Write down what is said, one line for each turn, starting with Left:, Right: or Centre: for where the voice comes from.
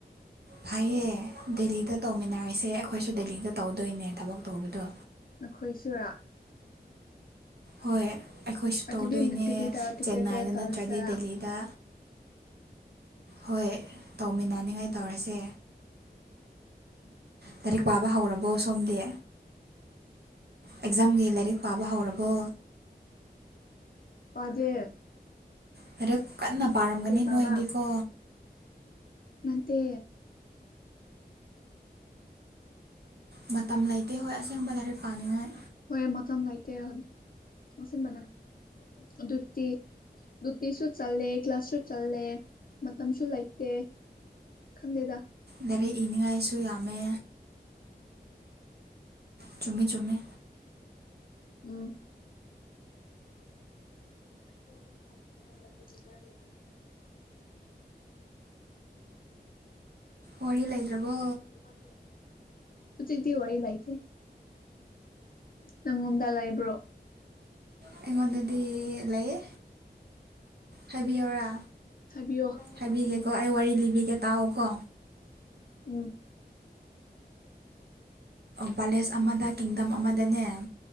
Right: ꯐꯩꯌꯦ ꯗꯤꯂ ꯁꯤꯗ ꯇꯧꯃꯤꯟꯅꯔꯤꯁꯦ ꯑꯩꯈꯣꯏꯁꯨ ꯗꯦꯜꯂꯤꯗ ꯇꯧꯗꯣꯏꯅꯦ ꯊꯕꯛ ꯇꯧꯕꯗꯣ
Left: ꯅꯈꯣꯏ ꯁꯨꯔꯥ
Right: ꯍꯣꯏ ꯑꯩꯈꯣꯏꯁꯨ
Left: ꯑꯗꯨꯗꯤ
Right: ꯇꯧꯗꯣꯏꯅꯦ
Left: ꯗꯤꯜꯂꯤꯗ ꯇꯨꯀꯦꯗ
Right: ꯆꯦꯟꯅꯥꯏꯗ
Left: ꯇꯧꯔꯁꯤꯔꯥ
Right: ꯅꯠꯇ꯭ꯔꯗꯤ ꯗꯦꯜꯂꯤꯗ ꯍꯣꯏ ꯇꯧꯃꯤꯟꯅꯅꯤꯡꯉꯥꯏ ꯇꯧꯔꯁꯦ
Left: ꯎꯝ
Right: ꯂꯥꯏꯔꯤꯛ ꯄꯥꯕ ꯍꯧꯔꯕꯣ ꯁꯣꯝꯗꯤ ꯑꯦꯛꯖꯥꯝꯒꯤ ꯂꯥꯏꯔꯤꯛ ꯄꯥꯕ ꯍꯧꯔꯕꯣ
Left: ꯄꯗꯦ
Right: ꯂꯥꯏꯔꯤꯛ ꯀꯟꯅ ꯄꯥꯔꯝꯒꯅꯤ
Left: ꯄꯥꯕ
Right: ꯅꯣꯏꯗꯤꯀꯣ
Left: ꯅꯠꯇꯦ
Right: ꯃ ꯃꯇꯝ ꯂꯩꯇꯦ ꯍꯣꯏ ꯑꯁꯦꯡꯕ ꯂꯥꯏꯔꯤꯛ ꯄꯥꯅꯉꯥꯏ
Left: ꯍꯣꯏ ꯃꯇꯝ ꯂꯩꯇꯦ ꯑꯣ ꯁꯤꯟꯕꯅꯦ ꯑꯗꯨꯛꯇꯤ ꯗꯨꯇꯤꯁꯨ ꯆꯠꯂꯦ ꯀ꯭ꯂ꯭ꯂꯥꯁꯁꯨ ꯆꯠꯂꯦ ꯇꯝꯁꯨ ꯂꯩꯇꯦ ꯈꯟꯗꯦꯗ
Right: ꯗꯥꯏꯔꯦꯛ ꯏꯅꯤꯡꯉꯥꯏꯁꯨ ꯌꯥꯝꯃꯦ ꯆꯨꯝꯃꯦ ꯆꯨꯝꯃꯦ
Left: ꯎꯝ <inaudible>
Right: ꯋꯥꯔꯤ ꯂꯩꯇ꯭ꯔꯕꯣ
Left: ꯍ ꯍꯨꯖꯤꯛꯇꯤ ꯋꯔꯤ ꯂꯩꯇꯦ ꯅꯪꯉꯣꯟꯗ ꯂꯩꯕ꯭ꯔꯣ
Right: ꯑꯩꯉꯣꯟꯗꯗꯤ ꯂꯩꯌꯦ ꯍꯥꯏꯕꯤꯌꯣꯔꯥ
Left: ꯍꯥꯏꯕꯤꯌꯣ
Right: ꯍꯥꯏꯕꯤꯒꯦꯀꯣ
Left: ꯎꯝ
Right: ꯑꯩ ꯋꯥꯔꯤ ꯂꯤꯕꯤꯒꯦ ꯇꯥꯛꯑꯣꯀꯣ
Left: ꯎꯝ
Right: ꯄꯦꯂꯦꯁ ꯑꯃꯗ ꯀꯤꯡꯗꯝ ꯑꯃꯗꯅꯦ